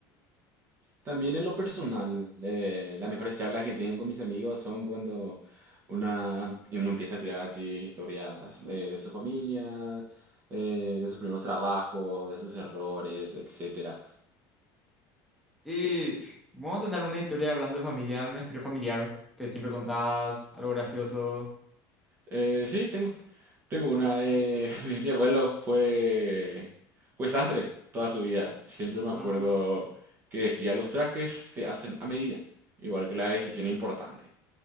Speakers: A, on the right; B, in the centre.
A: También en lo personal, eh, las mejores charlas que tengo con mis amigos son cuando una, uno empieza a tirar así historias de, de su familia, eh, de sus primeros trabajos, de sus errores, etcétera.
B: Y pf, vamos a tener una historia hablando de familia, una historia familiar que siempre contás, algo gracioso.
A: Eh, sí, tengo, tengo una. eh, <laughs> mi, mi abuelo fue, fue sastre toda su vida. Siempre me acuerdo
B: Mm,
A: que decía, los trajes se hacen a medida, igual que la decisión importante.